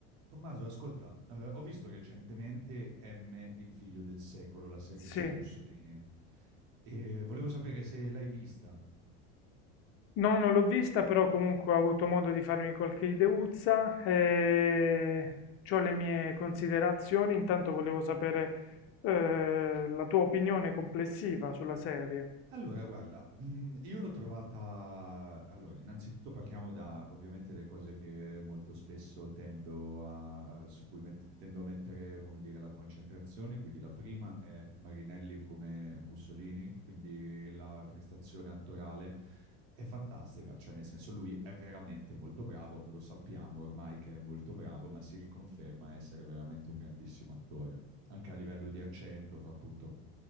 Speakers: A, on the right; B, on the left.
A: Tommaso, ascolta, eh, ho visto recentemente M, il figlio del secolo, la serie
B: Sì.
A: su Mussolini, e volevo sapere se l'hai vista.
B: No, non l'ho vista, però comunque ho avuto modo di farmi qualche ideuzza e c'ho le mie considerazioni. Intanto volevo sapere eh, la tua opinione complessiva sulla serie.
A: Allora, guarda, mm, io l'ho trovata... Allora, innanzitutto parliamo da, ovviamente, le cose che molto spesso tendo a, su cui mette- tendo a mettere, come dire, la concentrazione. Quindi la prima è Marinelli come Mussolini, quindi la prestazione attorale è fantastica, cioè nel senso lui è veramente molto bravo, lo sappiamo ormai che è molto bravo, ma si riconferma essere veramente un grandissimo attore, anche a livello di accento, fa appunto